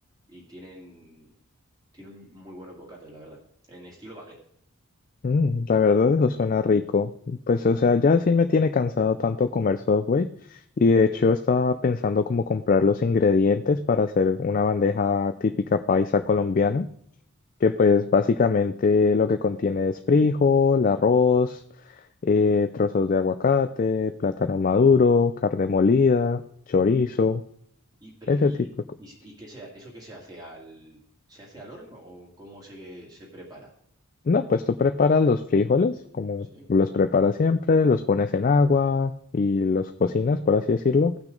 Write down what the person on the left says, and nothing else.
Mm, la verdad, eso suena rico. Pues, o
sea, ya sí me tiene cansado tanto comer Subway y de hecho estaba pensando como comprar los ingredientes para hacer una bandeja típica paisa colombiana, que pues
básicamente lo que contiene es frijol,
arroz, eh, trozos de aguacate, plátano maduro, carne molida, chorizo,
ese
tipo de cosas.
No, pues tú preparas los frijoles, como
los preparas siempre, los pones en agua y los cocinas, por así decirlo.